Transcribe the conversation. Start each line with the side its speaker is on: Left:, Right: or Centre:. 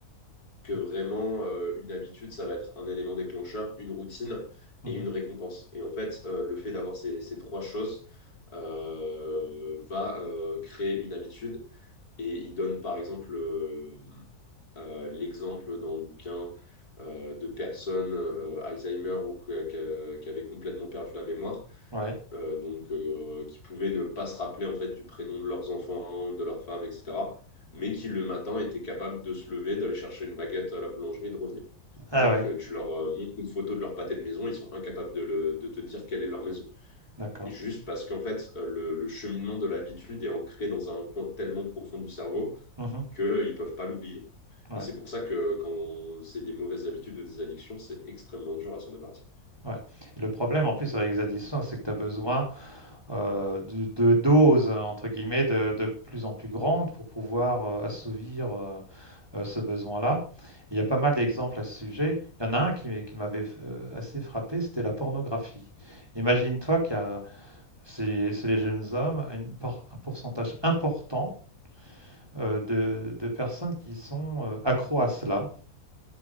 Left: que
Right: Mmh.
Left: vraiment euh, une habitude, ça va être un élément déclencheur, une routine
Right: Mmh
Left: et une récompense. Et en fait, euh, le fait d'avoir ces, ces trois choses euh, va euh, créer une habitude. Et il donne par exemple euh, euh, l'exemple dans le bouquin euh, de personnes euh, Alzheimer ou que- que- qui avaient complètement perdu la mémoire
Right: Ouais.
Left: euh, donc euh, qui pouvaient ne pas se rappeler en fait du prénom de leurs enfants, de leurs femmes, etc., mais qui le matin étaient capables de se lever, d'aller chercher une baguette à la boulangerie et de revenir.
Right: Ah
Left: Alors
Right: ouais,
Left: que tu leur euh, montres une photo de leur pâté de maison, ils sont incapables de, le- de te dire quelle est leur maison.
Right: d'accord.
Left: Et juste parce qu'en fait, euh, le, le cheminement de l'habitude est ancré dans un coin tellement profond du cerveau
Right: Mmh
Left: qu'ils ne peuvent pas l'oublier.
Right: Ouais,
Left: Et c'est pour ça que quand c'est des mauvaises habitudes ou des addictions, c'est extrêmement dur à s'en débarrasser.
Right: ouais. Et le problème en plus avec les addictions, c'est que tu as besoin, heu, de de «doses» entre guillemets de de plus en plus grandes pour pouvoir, heu, assouvir, heu heu, ce besoin-là. Il y a pas mal d'exemples à ce sujet. Il y en a un qui qui m'avait f assez frappé, c'était la pornographie. Imagine-toi qu'il y a c'est c'est les jeunes hommes, une por un pourcentage important euh, de, de personnes qui sont euh, accros à cela.